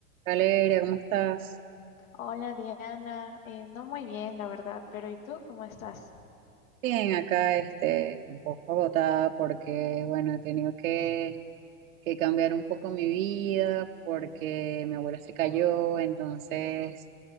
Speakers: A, on the right; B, on the left.
A: Valeria, ¿cómo estás?
B: Hola Diana, Eh, no muy bien la verdad, pero ¿y tú cómo estás?
A: Bien, acá este, un poco agotada porque, bueno, he tenido que, que cambiar un poco mi vida porque mi abuela se cayó, entonces